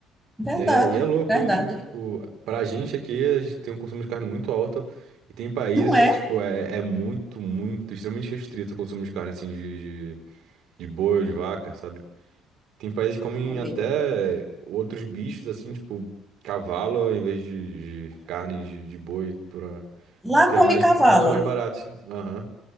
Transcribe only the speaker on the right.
É, e é louco
isso, né? Tipo, pra gente aqui, a gente tem um consumo de carne muito alto e tem países
que, tipo, é, é muito, muito, extremamente restrito o consumo de carne, assim, de, de, de boi, de vaca, sabe? Tem países que comem
até outros bichos, assim, tipo, cavalo em vez de, de carne de, de boi, pra...
porque
é mais,
muito mais barato, assim. Aham.